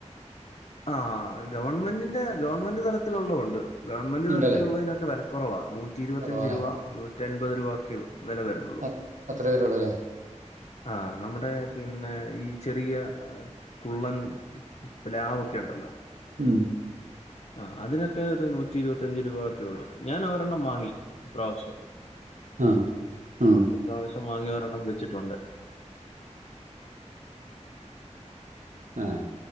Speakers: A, on the left; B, on the right.
A: ആഹ് ഗവൺമെന്റിന്റെ ഗവൺമെന്റ് തലത്തിലുള്ള ഒണ്ട് ഗവൺമെന്റ്
B: ഇണ്ടല്ലേ?
A: തലത്തിലുള്ളതിനൊക്കെ വിലക്കുറവാ നൂറ്റി ഇരുപത്തഞ്ച്
B: കൊറവാല്ലേ?
A: രൂപ നൂറ്റി അൻപത് രൂപക്കെ വില വരുന്നുള്ളൂ
B: അ അത്ര വരുള്ളല്ലേ.
A: ആഹ് നമ്മടെ പിന്നെ ഈ ചെറിയ കുള്ളൻ ഇ പ്ലാവ് ഒക്കെ ഉണ്ടല്ലോ
B: ഉം
A: ആ അതിനൊക്കെ ഒരു നൂറ്റി ഇരുപത്തിയഞ്ച് രൂപ ഒക്കെ ഉള്ളൂ, ഞാൻ ഒരെണ്ണം വാങ്ങി ഇപ്രാവശ്യം.
B: ആഹ് ആഹ്
A: ഇപ്രാവശ്യം വാങ്ങി ഒരെണ്ണം വെച്ചിട്ടുണ്ട്
B: ആഹ്